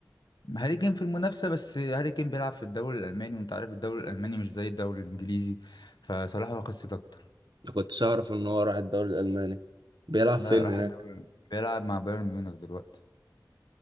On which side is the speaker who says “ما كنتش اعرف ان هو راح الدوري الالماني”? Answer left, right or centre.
Right